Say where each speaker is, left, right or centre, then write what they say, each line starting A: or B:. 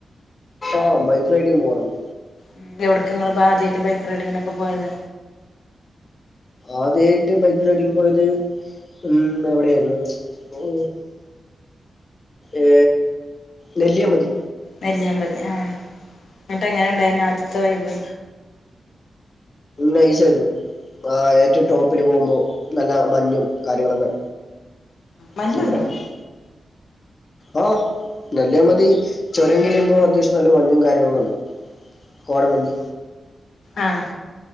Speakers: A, on the left (about 30°); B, on the left (about 80°).
A: ആഹ് ബൈക്ക് റൈഡിങ് പോകാറുണ്ട്
B: ഉം എവിടേക്കാ നിങ്ങള് ആദ്യമായിട്ട് ബൈക്ക് റൈഡിങ്ങിനൊക്കെ പോയത്
A: ആദ്യമായിട്ട് ബൈക്ക് റൈഡിങ്ങിന് പോയത് ഉം എവിടൊയായിരുന്നു ഓ ഏ നെല്ലിയാമ്പതി
B: നെല്ലിയാമ്പതി ആ എന്നിട്ട് എങ്ങനെ ഉണ്ടായിരുന്നു ആദ്യത്തെ വൈബ്
A: നൈസാരുന്നു ആ ഏറ്റവും ടോപ്പില് പോകുമ്പോ നല്ല മഞ്ഞും കാര്യങ്ങളൊക്കെ
B: മഞ്ഞുണ്ടോ
A: സൂപ്പറാരുന്നു ആ നെല്ലിയാമ്പതി ചുരം കയറുമ്പോ അത്യാവശ്യം നല്ല മഞ്ഞും കാര്യങ്ങളൊക്ക ഉണ്ട് കോടമഞ്ഞ്
B: ആഹ്